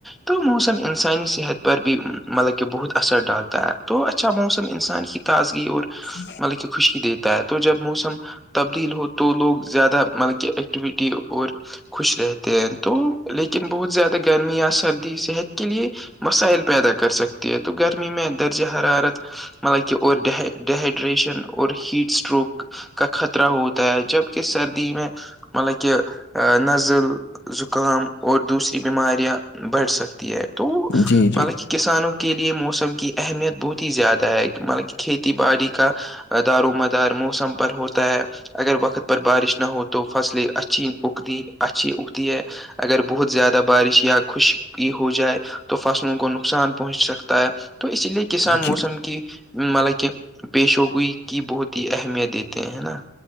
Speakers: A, in the centre; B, on the left.
A: تو موسم انسانی صحت پر بھی مطلب کہ بہت اثر ڈالتا ہے تو اچھا موسم انسان کی تازگی اور
B: جی
A: مطلب کہ خوشی دیتا ہے تو جب موسم تبدیل ہو تو لوگ زیادہ مطلب کہ ایکٹیویٹی اور خوش رہتے ہیں تو لیکن بہت زیادہ گرمی یا سردی صحت کے لیے مسائل پیدا کر سکتے تو گرمی میں درجہ حرارت مطلب کہ ریشن اور ہیٹ اسٹروک کا خطرہ ہوتا ہے جبک سردی میں مطلب کہ نزل زکام اور دوسری بیماریاں بڑھ سکتی ہے تو مطلب
B: جی جی
A: کہ کسانوں کے لیے موسم کی اہمیت بہت ہی زیادہ ہے مطلب کہ کھیتی باڑی کا دار و مدار موسم پر ہوتا ہے اگر وقت پر بارش نہ ہو تو فصلیں اچھی اگتی اچھی اگتی ہے اگر بہت زیادہ بارش یا خوش کی ہو جائے تو فصلوں کو نقصان پہنچ سکتا ہے تو اسی لیے کسان
B: جی
A: موسم کی مطلب کہ پیش ہو گئی کی بہت ہی اہمیت دیتے ہیں ہے نا